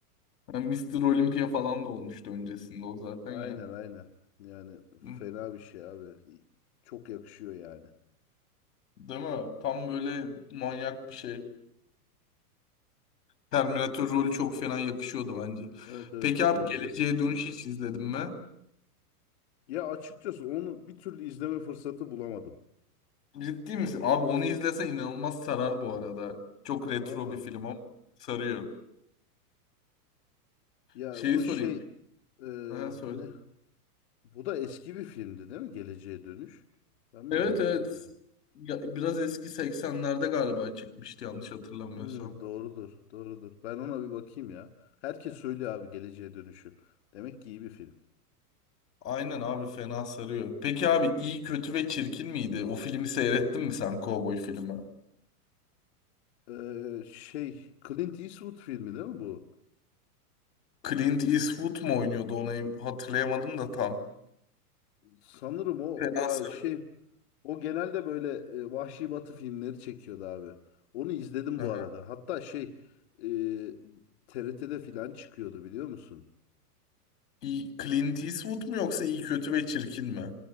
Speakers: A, on the left (about 80°); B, on the left (about 45°).
A: Ha, Mr. Olympia falan da olmuştu öncesinde o zaten
B: Aynen
A: ya.
B: aynen. Yani
A: Hı, hı.
B: fena bir şey abi. Çok yakışıyor yani.
A: Değil mi? Tam böyle manyak bir şey. Terminator rolü çok fena yakışıyordu bence.
B: Evet evet
A: Peki abi
B: bence
A: Geleceğe
B: de.
A: Dönüş hiç izledin mi?
B: Ya açıkçası onu bir türlü izleme fırsatı bulamadım.
A: Ciddi misin? Abi onu izlesen inanılmaz sarar bu arada. Çok retro
B: Valla.
A: bir film ama sarıyor.
B: Ya
A: Şeyi
B: bu
A: sorayım.
B: şey e,
A: Aha, söyle.
B: ne? Bu da eski bir filmdi değil mi? Geleceğe Dönüş. Ben mi
A: Evet
B: yanlış
A: evet.
B: hatırlıyorum?
A: Ya, biraz eski 80'lerde galiba çıkmıştı yanlış hatırlamıyorsam.
B: Hmm, doğrudur, doğrudur. Ben ona bir bakayım ya. Herkes söylüyor abi Geleceğe Dönüş'ü. Demek ki iyi bir film.
A: Aynen abi fena sarıyor. Peki abi iyi kötü ve çirkin miydi? O filmi seyrettin mi sen Cowboy filmi?
B: Ee, şey, Clint Eastwood filmi değil mi bu?
A: Clint Eastwood mu oynuyordu onu em- hatırlayamadım da tam.
B: Sanırım o
A: Fena
B: ya
A: sarıyor.
B: şey, o genelde böyle e, Vahşi Batı filmleri çekiyordu abi. Onu izledim
A: Aha.
B: bu arada. Hatta şey, e, TRT'de filan çıkıyordu biliyor musun?
A: İyi, Clint Eastwood mu yoksa iyi kötü ve çirkin mi?